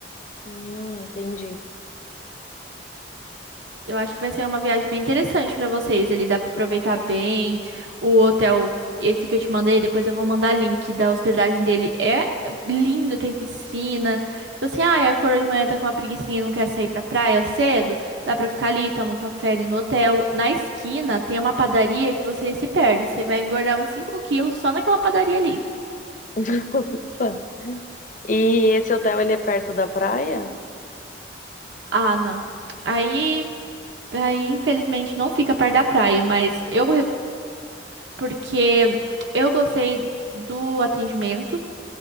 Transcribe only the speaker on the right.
Eu acho que vai ser uma viagem bem interessante pra vocês. Ele dá pra aproveitar bem o hotel. Esse que eu te mandei, depois eu vou mandar link da hospedagem dele. É lindo, tem piscina. Tipo assim, ah, a coroa de manhã tá com uma preguicinha e não quer sair pra praia cedo. Dá pra ficar ali, toma um café ali no hotel. Na esquina tem uma padaria que você se perde. Você vai engordar uns 5 quilos só naquela padaria ali.
Ah, não. Aí, aí infelizmente, não fica perto da praia, mas eu porque eu gostei do atendimento,